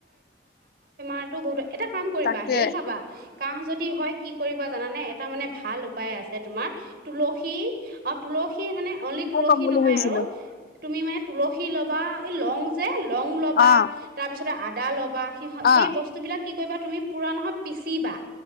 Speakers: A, on the right (about 50°); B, on the left (about 50°).
A: কাহটো বহুত বেয়া এটা কাম কৰিবা
B: তাকে
A: হেৰি খাবা কাহ যদি হয় কি কৰিবা জানানে এটা মানে ভাল উপায় আছে যে তোমাৰ তুলসী অ তুলসী মানে অনলি তুলসী
B: মই কম বুলি
A: নহয়
B: ভাবিছিলো
A: আৰু তুমি মানে তুলসী ল'বা এই লং যে লং ল'বা
B: অ
A: তাৰপিছতে আ দা ল'বা সেহত সেই
B: অ
A: বস্তু বিলাক কি কৰিবা তুমি পুৰা নহয় পিচিবা।